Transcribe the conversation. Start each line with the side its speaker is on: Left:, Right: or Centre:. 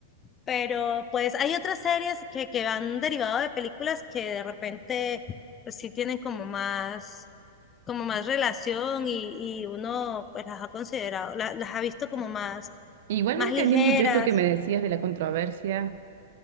Left: Pero pues hay otras series que, que han derivado de películas que de repente pues, sí tienen como más, como más relación y, y uno pues las ha considerado, la- las ha visto como más,
Right: Igual
Left: más
Right: no entendí
Left: ligeras.
Right: mucho esto que me decías de la controversia.